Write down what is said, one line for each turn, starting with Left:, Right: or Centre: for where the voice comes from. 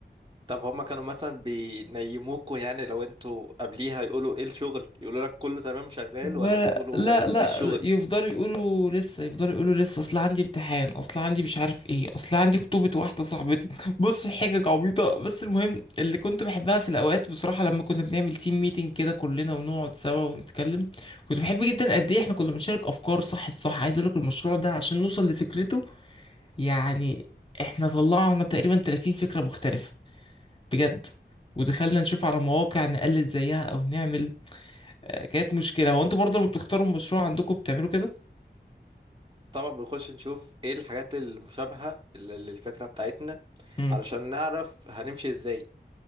Right: طب هما كانوا مثلا بينيموكوا يعني لو انتوا قبليها يقولوا ايه الشغل يقولوا لك كله تمام شغال
Left: ولا
Right: ولا بيقولوا
Left: لا
Right: مفيش
Left: لا
Right: شغل
Left: يفضلوا يقولوا لسه يفضلوا يقولوا لسه اصل عندي امتحان اصل عندي مش عارف ايه اصل عندي خطوبة واحدة صاحبتي <laughs> بص حاجة عبيطة بس المهم اللي كنت بحبها في الاوقات بصراحة لما كنا بنعمل تيم ميتنج كده كلنا ونقعد سوا ونتكلم كنت بحب جدا قد ايه احنا كنا بنشارك افكار صح الصح عايز اقول لك المشروع ده عشان نوصل لفكرته يعني احنا طلعنا تقريبا 30 فكرة مختلفة بجد ودخلنا نشوف على مواقع نقلد زيها او نعمل آه، كانت مشكلة هو انتوا برضه لما بتختاروا المشروع عندكم بتعملوا كده
Right: طبعا بنخش نشوف ايه الحاجات المشابهة لل- للفكرة بتاعتنا
Left: امم
Right: علشان نعرف هنمشي ازاي